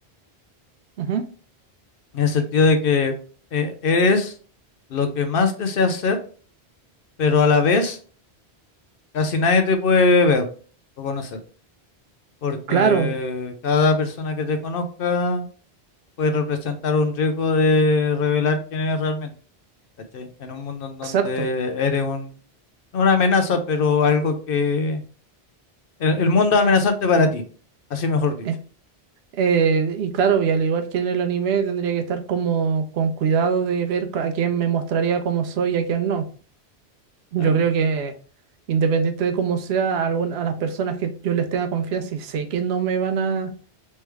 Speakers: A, on the right; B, on the left.
A: ujú,
B: en el sentido de que eh, eres lo que más deseas ser, pero a la vez casi nadie te puede ver o conocer. porque
A: claro,
B: cada persona que te conozca puede representar un riesgo de revelar quién eres realmente, ¿cachai? En un mundo en donde
A: exacto.
B: eres un, no una amenaza, pero algo que... El, el mundo es amenazante para ti, así mejor dicho.
A: Eh, eh, y claro, y al igual que en el anime, tendría que estar como con cuidado de ver a quién me mostraría cómo soy y a quién no. Yo
B: Claro,
A: creo que independiente de cómo sea, algún- a las personas que yo les tenga confianza y sé que no me van a